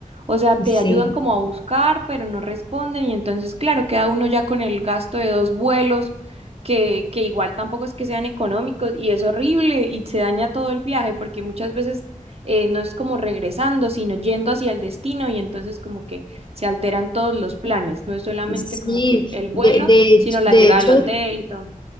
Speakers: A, on the right (about 45°); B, on the left (about 35°).
A: O sea, te
B: Sí,
A: ayudan como a buscar, pero no responden y entonces claro, queda uno ya con el gasto de dos vuelos que, que igual tampoco es que sean económicos y es horrible y se daña todo el viaje porque muchas veces eh, no es como regresando, sino yendo hacia el destino y entonces como que se alteran todos los planes. No es solamente
B: sí.
A: como que el vuelo,
B: De, de,
A: sino la
B: de
A: llegada
B: hecho,
A: al hotel y todo.